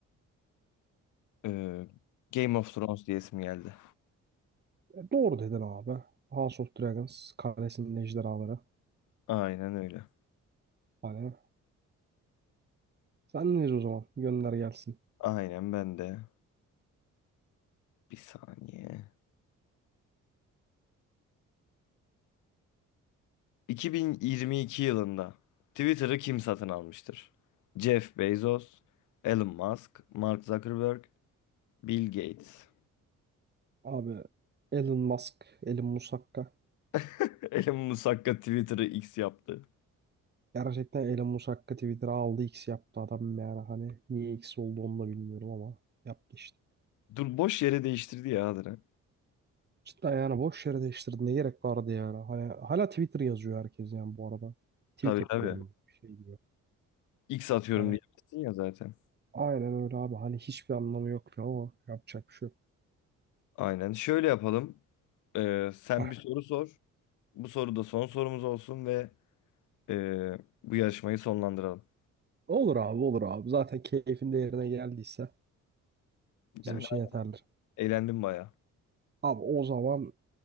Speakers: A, on the left (about 80°); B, on the right (about 35°).
A: Ee, Game of Thrones diyesim geldi.
B: E, doğru dedin abi. House of Dragons Kalesinin Ejderhaları.
A: Aynen öyle.
B: Hani sen neyiz o zaman? Gönder gelsin.
A: Aynen ben de. Bir saniye. 2022 yılında Twitter'ı kim satın almıştır? Jeff Bezos, Elon Musk, Mark Zuckerberg, Bill Gates.
B: Abi Elon Musk, Elon Musakka.
A: <laughs> Elon Musk hakka Twitter'ı X yaptı.
B: Gerçekten Elon Musakka Twitter'a aldı X yaptı adam yani hani niye X oldu onu da bilmiyorum ama yaptı işte.
A: Dur boş yere değiştirdi ya Adra.
B: Cidden yani boş yere değiştirdi. Ne gerek vardı yani? Hani hala Twitter yazıyor herkes yani bu arada. Tweet
A: Tabii
B: atıyorum
A: tabii.
B: bir şey diyor.
A: X atıyorum
B: Hani
A: diyemezsin ya zaten.
B: Aynen öyle abi. Hani hiçbir anlamı yoktu ama yapacak bir şey yok.
A: Aynen. Şöyle yapalım. Ee, sen
B: Ah,
A: bir soru sor. Bu soru da son sorumuz olsun ve ee, bu yarışmayı sonlandıralım.
B: Olur abi olur abi. Zaten keyfin de yerine geldiyse bizim
A: Yani
B: için yeterlidir.
A: eğlendim baya.
B: Abi o zaman